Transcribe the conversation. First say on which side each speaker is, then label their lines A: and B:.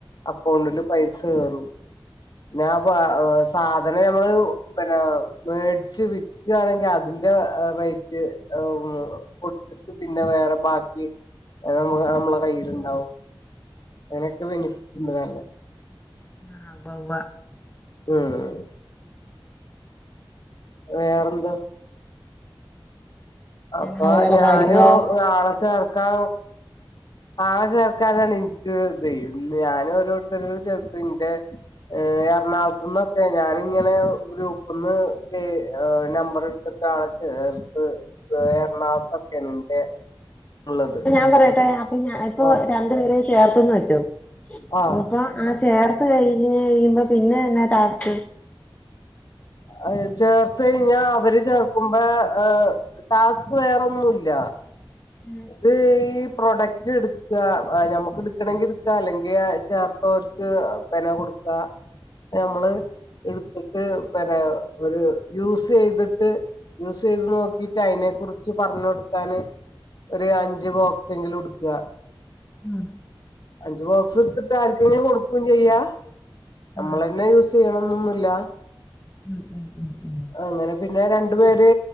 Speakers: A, on the left; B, on the left.
A: അക്കൗണ്ടില് പൈസ കേറും പിന്നാപ്പ സാധനം ഞമ്മള് പിന്നെ വേടിച്ച് വി ക്കു ആണെങ്കിൽ അതിന്റെ റേറ്റ് ആഹ് കൊട് പിന്നെ വേറെ ബാക്കി നമ്മടെ നമ്മള കയ്യിലുണ്ടാവും ഞങ്ങക്ക് ബെനിഫിറ്റ് ഉണ്ട് നല്ല
B: ആഹ് ഉവ്വ ഉവ്വാ
A: ഉം വേറെന്ത് അപ്പൊ
B: ആഹ് വേറെ
A: ഞാനും
B: കാര്യങ്ങളോ
A: ആളെ ചേർക്കാ ആളെ ചേർക്കാനാണ് ഇന്ക്ക് ഇത് ഇന്ന് ഞാനും ഓരോരുത്തര് ചേർത്ത് ഇന്റെ എറണാകുളത്ത്ന്നൊക്കെ ഞാനിങ്ങനെ ഗ്രൂപ്പിന്ന് പേ നമ്പർ എടുത്ത് ഒരാളെ ചേർത്ത് എറണാകുളത്തൊക്കെയണിന്റെ ഉള്ളത്
B: ഇപ്പൊ പറയട്ടെ അപ്പൊ ഞാ എപ്പൊ
A: ഓ
B: രണ്ടു പേര ചേർത്തെന്ന് വെച്ചോ
A: ആഹ്
B: അപ്പോം ആഹ് ചേർത്ത് കഴിഞ്ഞ് കഴിയുമ്പോ പിന്നെ എന്നാ ടാസ്ക്
A: അഹ് ചേർത്ത് കഴിഞ്ഞാ അവര് ചേർക്കുബാ ആഹ് ടാസ്ക് വേറൊന്നും ഇല്ല
B: ഉം
A: ഇത് പ്രൊഡക്റ്റ് എടുക്കുക ഞമ്മുക്ക് എടുക്കണെങ്കിൽ എടുക്കാ അല്ലെങ്കിൽ ചേർത്തോ ഇത് പെന കൊടുക്ക ഞമ്മള് എടുത്തിട്ട് പിനെ ഒരു യൂസ് ചെയ്തിട്ട് യൂസ് ചെയ്ത് നോക്കീട്ട് അതിനെ കുറിച്ച് പറഞ്ഞ് കൊടുക്കാന് ഒരു അഞ്ച് ബോക്സെങ്കില് ഉടുക്കുക
B: ഉം
A: അഞ്ചു ബോക്സ് എടുത്തിട്ട് ആർക്കെങ്കിലും കൊടുക്കും ചെയ്യാ നമ്മളന്നെ
B: ഉം
A: യൂസ് ചെയ്യണംന്നൊന്നും ഇല്ല
B: ഉം ഉം
A: അങ്ങനെ പിന്നെ രണ്ടു പേര്